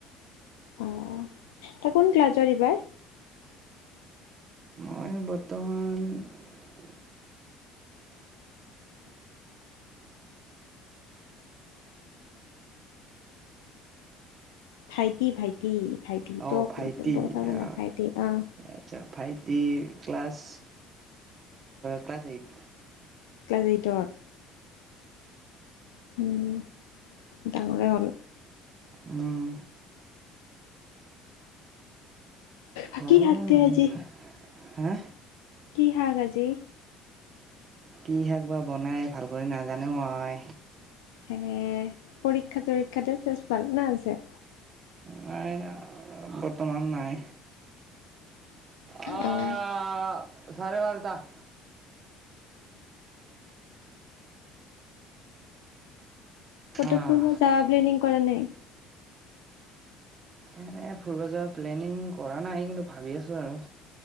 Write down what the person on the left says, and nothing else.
আহ, তাৰ কোন ক্লাছত এইবাৰ?
ভাইটি, ভাইটি, ভাইটি
ত
কথা
মানে ভাইটি আহ
ক্লাজ এইটত উম ডাঙৰে হ'ল।
বাকী
হাৰতি
আজি
কি হাক আজি
হে পৰীক্ষা চৰীক্ষাতে চেছ ভাল না আছে?
অ'।
কত
ফুৰিব যাবা প্লেনিং কৰা নাই? <inaudible>